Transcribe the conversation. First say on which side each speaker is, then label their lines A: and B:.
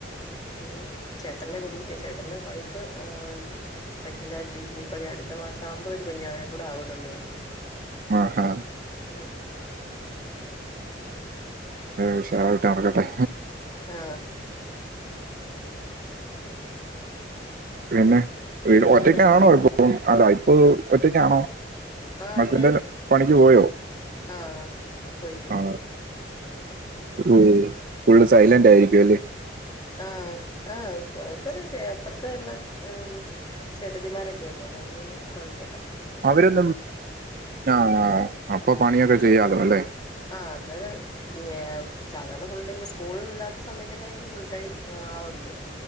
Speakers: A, on the left; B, on the right.
A: ഇനി ചേട്ടന്റെ കുഞ്ഞ് ചേട്ടറെ വൈഫ് ഏഹ് ഉം പ്രഗ്നന്റ് ആയിട്ടിരിക്കുന്നു. ഇപ്പഴേ അടുത്ത മാസം ആകുമ്പോ ഒരു കുഞ്ഞുവാവേയും കൂടെ ആവുന്നുണ്ട് ഇവിടെ.
B: ആഹാ
A: ആ അങ്ങനെ
B: ഉഷാറായിട്ട് നടക്കട്ടെ
A: ആ
B: പിന്നെ
A: പിന്നെ
B: ഒറ്റക്കാണോ
A: എന്താണ്
B: ഇപ്പോ അതാ ഇപ്പോ ഒറ്റക്കാണോ?
A: ആ
B: മതിന്റെ
A: അത്
B: പണി പോയോ
A: ആ പോയി പോയി
B: ആ ഓ ഫുള്ള് സൈലന്റായിരിക്കും അല്ലേ
A: ആ ആ കൊഴപ്പല്ലച്ചായ അപ്പർത്തെ എല്ലാം ആം ചേട്ടത്തിമാരൊക്കെയുണ്ട് അതുകൊണ്ട് പിന്നെ കൊഴപ്പല്ല
B: അവരൊന്നും ആ അപ്പൊ പണിയൊക്കെ ചെയ്യാലോ അല്ലേ
A: ആ അന്നേരം ഞാ സാധാരണ ഫുൾടൈം ഈ സ്കൂളില്ലാത്ത സമയത്തൊക്കൊയാണെങ്കി ഫുൾടൈം ആളുണ്ട്